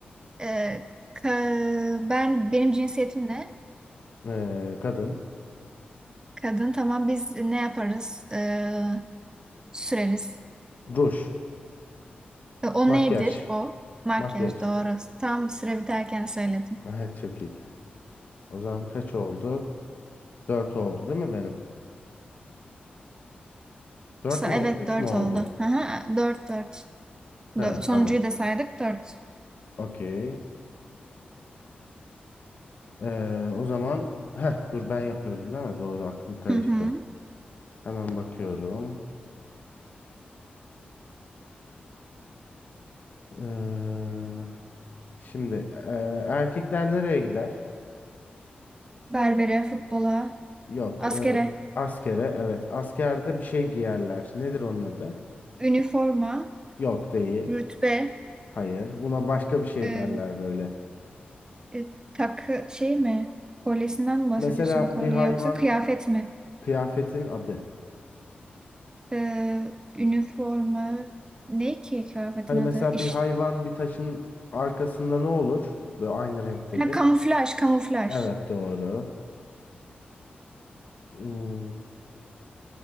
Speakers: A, on the right; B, on the left.
A: Ee, ka- ben benim cinsiyetim ne?
B: Ee, kadın.
A: Kadın tamam biz ne yaparız? Ee, süreriz.
B: Ruj.
A: E, o
B: Makyaj.
A: nedir o? Makyaj
B: Makyaj.
A: doğru. Tam süre biterken söyledim.
B: Evet çok iyi. O zaman kaç oldu? Dört oldu değil mi benim? Dört
A: Sa-
B: mü oldu?
A: Evet
B: Üç
A: dört
B: mü oldu?
A: oldu. Aha, dört dört.
B: He
A: Dö- Sonuncuyu
B: tamam.
A: da saydık dört.
B: Okey. Ee, o zaman Heh, dur ben yapıyordum değil mi? Doğru aklım karıştı.
A: Hı hı.
B: Hemen bakıyorum. Eee, şimdi eee, erkekler nereye gider?
A: Berbere, futbola,
B: Yok.
A: askere,
B: eee, askere. Evet. Askerde bir şey giyerler. Nedir onun adı?
A: üniforma,
B: Yok değil.
A: rütbe,
B: Hayır. Buna başka bir şey
A: e,
B: derler böyle.
A: e, takı şey mi? Kolyesinden mi bahsediyorsun
B: Mesela
A: o kolye
B: bir hayvan
A: yoksa kıyafet mi?
B: kıyafetin adı.
A: E, üniforma ne ki kıyafetin
B: Hani
A: adı?
B: mesela
A: İş,
B: bir hayvan bir taşın arkasında ne olur? Böyle aynı renktedir.
A: ha, kamuflaj, kamuflaj.
B: Evet doğru. Hmm,